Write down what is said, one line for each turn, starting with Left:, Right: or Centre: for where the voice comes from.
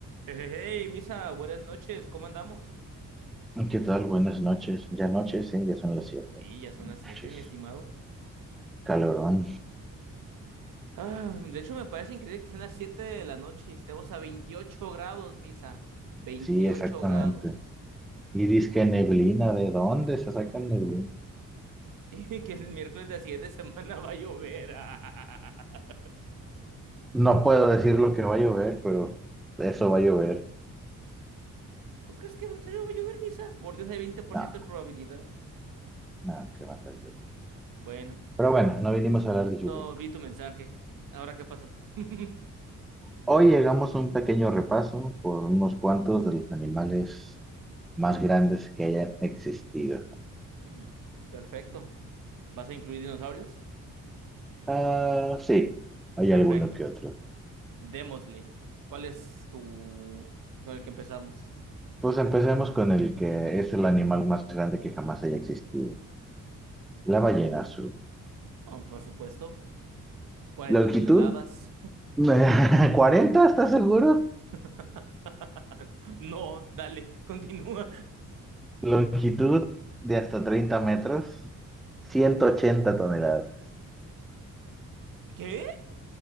Right: Hey, hey, hey, Misa, buenas noches, ¿cómo andamos?
Centre: ¿Qué tal? Buenas noches. Ya noches, sí, ya son las siete.
Right: Sí, ya son las siete
Centre: Chis,
Right: mi estimado.
Centre: Calorón.
Right: Ah, de hecho, me parece increíble que sean las 7 de la noche, estemos a 28 grados, Misa, veintiocho
Centre: Sí, exactamente.
Right: grados.
Centre: Y dizque neblina, ¿de dónde se sacan neblina?
Right: <laughs> Y que el miércoles de la siguiente semana va a llover. <laughs>
Centre: No puedo decir lo que va a llover, pero eso va a llover.
Right: ¿Tú crees que en serio va a llover, Misa? Por Dios, hay veinte por
Centre: No,
Right: ciento de probabilidad.
Centre: no, que va a estar lloviendo.
Right: Bueno,
Centre: Pero bueno, no vinimos a hablar de lluvia.
Right: no vi tu mensaje. ¿Ahora qué pasó? <laughs>
Centre: Hoy llegamos a un pequeño repaso por unos cuantos de los animales más grandes que hayan existido.
Right: Mm, perfecto. ¿Vas a incluir dinosaurios?
Centre: Ah, sí, hay
Right: Perfecto.
Centre: alguno que otro.
Right: Démosle. ¿Cuál es tu... con el que empezamos?
Centre: Pues empecemos con el que es el animal más grande que jamás haya existido, la ballena azul.
Right: Oh, por supuesto, 40
Centre: Longitud,
Right: toneladas.
Centre: <laughs> 40, ¿estás seguro?
Right: <laughs> No, dale, continúa.
Centre: Longitud de hasta 30 metros, 180 toneladas.
Right: ¿Qué?